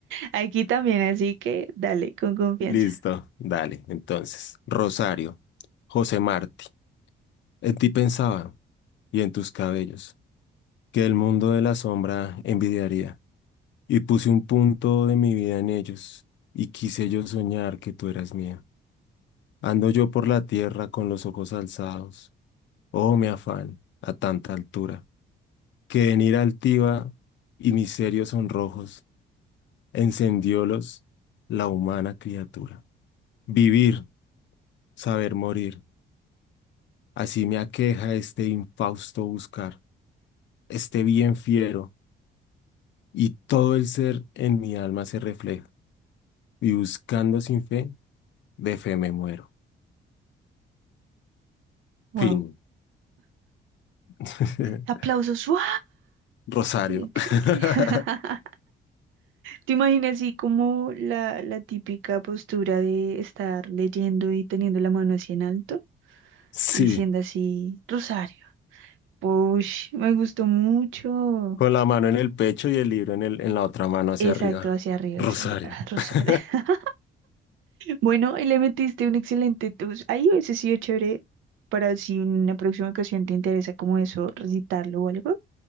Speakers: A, on the right; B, on the left.
A: Aquí también, así que dale, con confianza.
B: Listo, dale. Entonces, Rosario, José Martí, en ti pensaba y en tus cabellos. que el mundo de la sombra envidiaría, y puse un punto de mi vida en ellos, y quise yo soñar que tú eras mía. Ando yo por la tierra con los ojos alzados, oh mi afán, a tanta altura, que en ira altiva y mis serios sonrojos encendiólos la humana criatura. Vivir, saber morir, así me aqueja este infausto buscar, este bien fiero, y todo el ser en mi alma se refleja Y buscando sin fe, de fe me muero.
A: Wow.
B: Fin. <laughs>
A: Aplausos. ¡Wow!
B: Rosario.
A: Increíble.
B: <laughs>
A: <laughs> ¿Te imaginas así como la, la típica postura de estar leyendo y teniendo la mano así en alto,
B: Sí,
A: diciendo así, Rosario? Push, me gustó mucho.
B: con la mano en el pecho y el libro en el, en la otra mano hacia
A: Exacto,
B: arriba.
A: hacia arriba,
B: Rosario.
A: así, ah, Rosario.
B: <laughs>
A: <laughs> Bueno, y le metiste un excelente tus. Ahí hubiese sido chévere para si en una próxima ocasión te interesa como eso, recitarlo o algo.